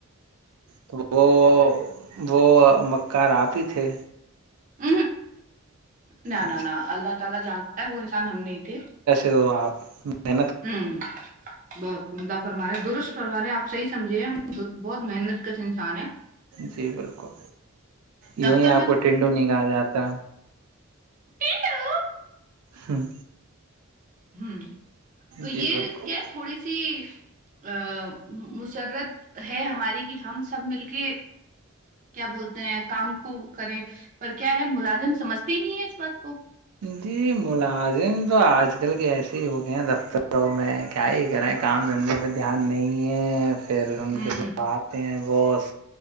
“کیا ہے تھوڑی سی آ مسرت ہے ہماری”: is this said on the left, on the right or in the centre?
Right